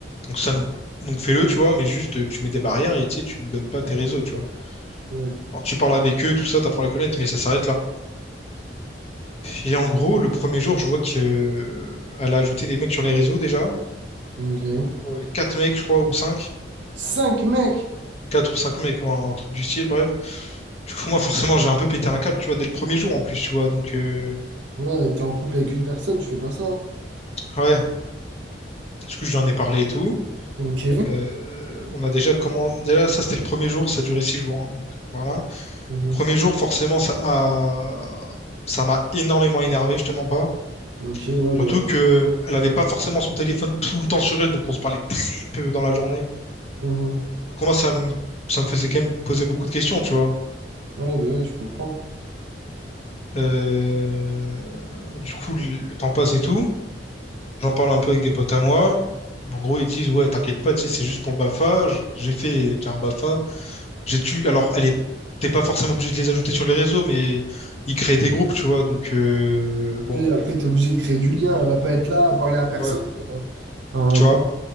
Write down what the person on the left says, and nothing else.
Donc ça me... donc fais-le, tu vois. Mais juste, euh, tu mets des barrières et tu sais, tu ne donnes pas tes réseaux, tu vois.
Alors, tu parles avec eux, tout ça, t'apprends à les connaître, mais ça s'arrête là. Et en gros, le premier jour, je vois que euh, elle a ajouté des mecs sur les réseaux déjà.
Euh, Quatre mecs, je crois, ou cinq.
Quatre ou cinq mecs, ou un truc du style, bref. Du coup, moi, forcément, j'ai un peu pété un câble, tu vois, dès le premier jour en plus, tu vois. Donc, euh,
ouais. Du coup, je lui en ai parlé et tout.
Euh, on a déjà comment déjà ça c'était le premier jour, ça a duré six jours. hein, donc voilà.
Premier jour forcément ça m'a ça m'a énormément énervé, je te mens pas.
Surtout que elle avait pas forcément son téléphone tout le temps sur elle, donc on se parlait très peu dans la journée.
Donc moi ça me ça me faisait quand même poser beaucoup de questions, tu vois.
Euh, Du coup le le temps passe et tout. J'en parle un peu avec des potes à moi. En gros ils disent ouais t'inquiète pas, tu sais c'est juste pour le BAFA. J- J'ai fait déjà un BAFA. J'ai dû, alors, elle est, t'es pas forcément obligé de les ajouter sur les réseaux, mais ils créent des groupes, tu vois. Donc, euh, bon,
ouais,
tu vois.